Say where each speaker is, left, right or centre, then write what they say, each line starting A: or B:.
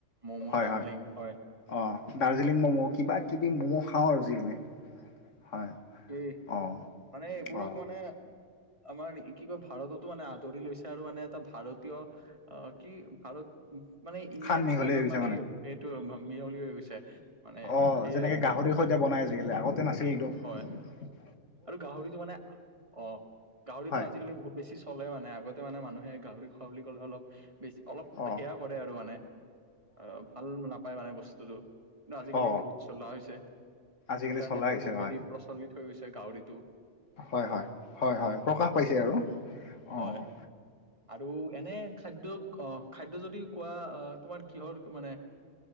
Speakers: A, on the right; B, on the left.
A: ম'ম'
B: হয়
A: ডাম্পলিং
B: -।
A: হয়।
B: অ', দাৰ্জিলিং মম' কিবা কিবি ম'ম' খাওঁ আৰু জিকি হয়।
A: এই
B: অ
A: মানে এইবোৰক
B: অ
A: মানে আমাৰ কি কয় ভাৰততো মানে আদৰি লৈছে আৰু মানে এটা ভাৰতীয় আ কি ভাৰত ম মানে ইণ্ডিয়ান
B: খান মিহলি
A: ষ্টাইলত
B: হৈ গৈছে
A: মানে সে সেইটো মি মিহলি হৈ গৈছে। মানে
B: অ'
A: সেয়ে
B: যেনেকে গাহৰিৰ সৈতে বনাই আজিকালি আগতে নাছিলতো।
A: হয় আৰু গাহৰিটো মানে অ' গাহৰিটো
B: হয়
A: আজিকালি বহুত বেছি চ চলে মানে আগতে মানে মানুহে গাহৰি খোৱা বুলি ক'লে অলপ বেছি অলপ
B: অ
A: সেয়া কৰে আৰু মানে অ' ভাল নাপায় মানে বস্তুটো কিন্তু আজিকালি
B: অ
A: বহুত চলোৱা হৈছে
B: আজিকালি
A: ইণ্টাৰনেটৰ
B: চলাই আহিছে
A: যোগেদি
B: হয়
A: প্ৰচলিত হৈ গৈছে গাহৰিতো।
B: হয় - হয় - হয় -হয় প্ৰকাশ পাইছে আৰু
A: হয়
B: অ'।
A: আৰু এনে খাদ্যক অঁ। খাদ্য যদি কোৱা তোমাৰ কিহৰ মানে